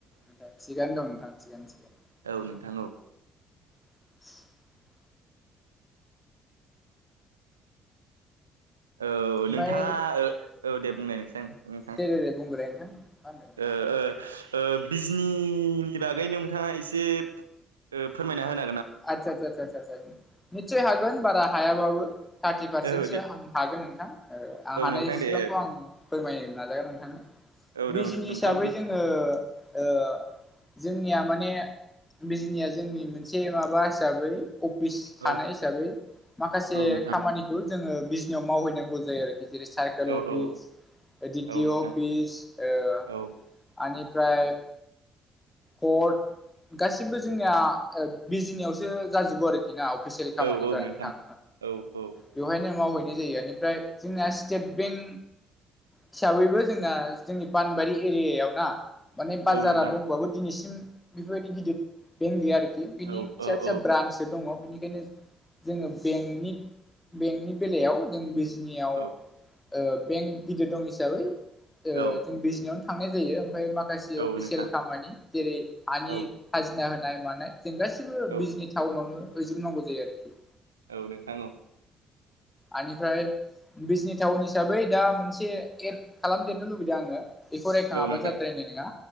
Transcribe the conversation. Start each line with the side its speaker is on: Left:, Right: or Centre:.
Left: नोंथा सिगानो दं नोंथां चिगानो चिगानो।
Right: औ नोंथां औ
Left: <unintelligible>
Right: औ
Left: ओमफ्राय
Right: नोंथाङा ओ औ दे बुंनाय नोंसें। नोंथां
Left: दे दे दे बुंग्रोलाय नोंथां मा होनदोंमोन
Right: ओ ओ ओ बिजनीनि बागैनो नोंथाङा एसे ओ फोरमायना होना
Left: आतचा चा चा चा चा निथसाइ हागोन बारा हायाबाबो। थार्टि पारसेन्टसो
Right: औ दे
Left: आं हागोन नोंथां आं
Right: औ
Left: हानायसिबांखौ
Right: नोंथां दे
Left: आं फोरमायनो नाजागोन नोंथां।
Right: औ
Left: बिजिनि
Right: औ नोंथां
Left: हिसाबै
Right: बुं
Left: जोङो ओ जोंनिया माने बिजनिया जोंनि मोनसे माबा हिसाबै अफिस थानाय
Right: औ
Left: हिसाबै माखासे
Right: औ नोंथां
Left: खामानिखौ जोङो बिजनेाव मावहैनांगौ जायो आर जेरै सारकोल
Right: औ
Left: अफिस
Right: औ
Left: डिटिअ
Right: औ नोंथां
Left: अफिस ओ
Right: औ
Left: आनिफ फ्राय कर्ट गासिबो जोंनिया बिजनियावसो जाजोबो आरोखि ना अफिसियेल खामानिफोराथाङ
Right: औ औ नोंथां औ औ
Left: बेवहायनो मावहै नाय जायो एनिफ्राय जोंना स्टेट बेंक तिसाबैबो जोंना जोंनि पानबारि एरियायाव ना माने बाजारा
Right: औ नोंथां
Left: दंबाबो दिनैसिम बेफोरबायदि गिदिर बेंक गैया आरोखि बिनि
Right: औ
Left: फिसा
Right: औ
Left: फिसा
Right: औ
Left: ब्रान्सो दङ' बेनिखायनो जोङो बेनि बेंकनि बेलायाव जों बिज बिजनियाव
Right: औ
Left: बें गिदिर दं हिसाबै ओ
Right: औ
Left: जों बिजनिआवन थांनाय जायो ओमफाय माखासे
Right: औ
Left: अफिसियेल
Right: नोंथां
Left: खामानि जेरै हानि
Right: औ
Left: खाजिना होनाय मानाय जों गासिबो
Right: औ
Left: बिजनि टाउनावनो हैजोबनांगौ जायो आरोखि।
Right: औ नोंथां औ।
Left: आनिफ्राय बिजनि टाउन हिसाबै दा मोनसे एड खालामदेरनो लुबैदों आङो बेखौ रायखाङाबा
Right: औ नोंथां
Left: जाद्रायनाय नङा